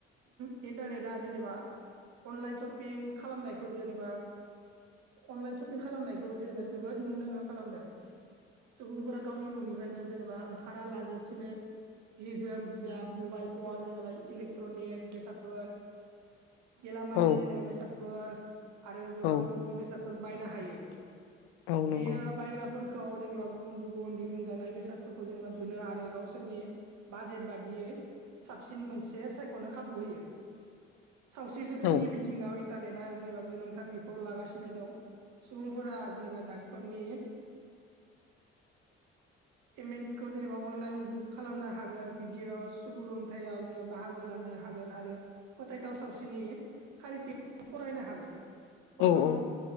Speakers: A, on the right (about 70°); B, on the left (about 80°).
A: इन्टारनेटआ जेनेबा अनलाइन सपिं खालामनायखौ जेनेबा अनलाइन सपिं खालामनायखौबो जेनेबा जोबोद मुंदांखा खालामदो। सुबुंफोरा गावनि न'निफ्रायनो जेनेबा ओंखारा लाजासिनो जि जोम बिजाब मबाइल फन जेनेबा इलेकट्रनिक बेसाद फोर गेलामालनि
B: औ
A: जेनेबा बेसादफोर आरो गोबां
B: औ
A: गुबुन बेस सादफोर बायनो हायो
B: औ नंगौ
A: बियो बायग्राफोर खौ जेनेबा गुबुन गुबुन दिहुनजानाय बेसादफोरखौ जेनेबा जुनो आरो गावसोरनि बाजेट बादियै साबसिन मोनसे सायखनो खाबु होयो। सावस्रि जोथोननि
B: औ
A: बिथिङाव इन्टारनेटआ जेनेबा गोनांथार बिफाव लागासिनो दं। सुबुंफोरा जेनेबा डाक्टरनि <inaudible> पेमेन्टखौ जेनेबा अनलाइन बुक खालामनो हागोन भिडिअ सुबुरुन्थायाव जेनेबा बाहागो लानो हागोन आरो फोथायथाव सावस्रिनि खारिथि फरायनो हागोन
B: औ
A: हरखाब
B: औ